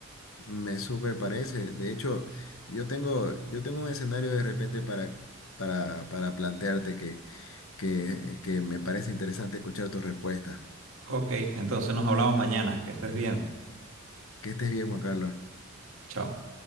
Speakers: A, on the left; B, on the right.
A: Me súper parece. De hecho, yo tengo, yo tengo un escenario de repente para, para, para plantearte que, que, que me parece interesante escuchar tu respuesta.
B: Ok, entonces nos hablamos mañana. Que estés bien.
A: Que estés bien, Juan Carlos.
B: Chao.